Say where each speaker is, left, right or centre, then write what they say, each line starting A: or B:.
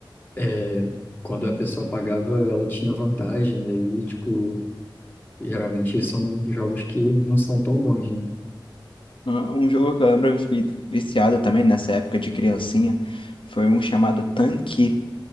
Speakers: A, on the left; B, on the left.
A: é, quando a pessoa pagava, ela tinha vantagem. E aí, tipo, geralmente são jogos que não são tão bons, né?
B: ah, um jogo que eu lembro que eu fiquei viciado também nessa época de criancinha foi um chamado Tanque,